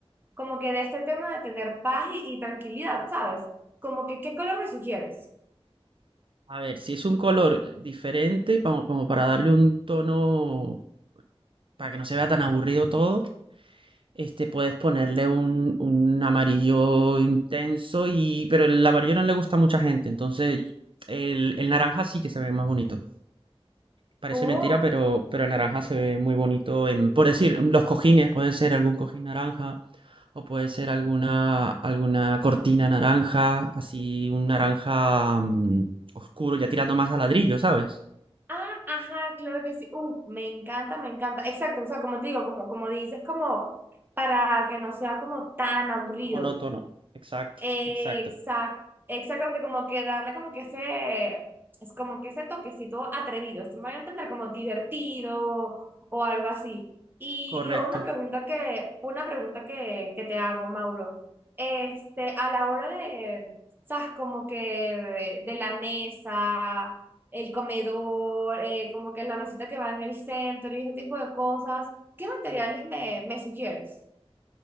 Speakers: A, on the right; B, on the right.
A: como que de este tema de tener paz y, y tranquilidad, ¿sabes? Como que qué color me sugieres.
B: a ver, si es un color diferente, como, como para darle un tono, para que no se vea tan aburrido todo, Este, puedes ponerle un, un amarillo intenso y, pero el amarillo no le gusta a mucha gente, entonces el, el naranja sí que se ve más bonito. Parece
A: Ok,
B: mentira, pero, pero el naranja se ve muy bonito en, por decir, los cojines, puede ser algún cojín naranja o puede ser alguna, alguna cortina naranja, así un naranja mm, oscuro, ya tirando más a ladrillo, ¿sabes?
A: Ah, ajá, claro que sí. Uh, me encanta, me encanta. Exacto, o sea, como te digo, como, como dices, como para que no sea como tan aburrido.
B: Monótono. Exacto,
A: Exact,
B: exacto.
A: exactamente, como que darle como que ese, es como que ese toquecito atrevido, esto me voy a entender como divertido o algo así. Y,
B: Correcto.
A: y una pregunta que, una pregunta que, que te hago, Mauro, este, a la hora de, sabes, como que eh, de la mesa, el comedor, eh, como que la mesita que va en el centro y ese tipo de cosas, ¿qué materiales me, me sugieres?